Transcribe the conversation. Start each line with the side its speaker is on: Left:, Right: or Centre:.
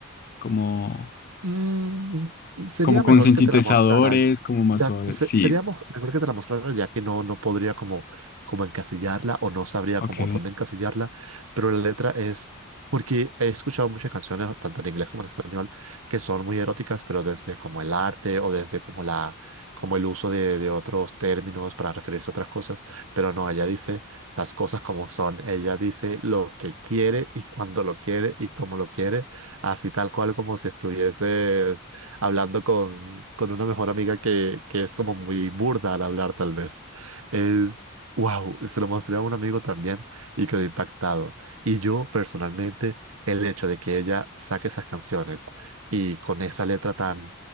Left: como,
Right: Mm, sería
Left: como con
Right: mejor
Left: sintetizadores,
Right: que te la mostrara.
Left: como más
Right: Ya,
Left: suave.
Right: se-
Left: Sí,
Right: sería mo- mejor que te la mostrara ya que no, no podría como, como encasillarla o no sabría
Left: ok.
Right: como dónde encasillarla, pero la letra es, porque he escuchado muchas canciones, tanto en inglés como en español, que son muy eróticas, pero desde como el arte o desde como la, como el uso de, de otros términos para referirse a otras cosas, pero no, ella dice las cosas como son, ella dice lo que quiere y cuando lo quiere y cómo lo quiere así tal cual como si estuvieses hablando con, con una mejor amiga que, que es como muy burda al hablar tal vez. Es, wow, se lo mostré a un amigo también y quedó impactado. Y yo personalmente, el hecho de que ella saque esas canciones y con esa letra tan,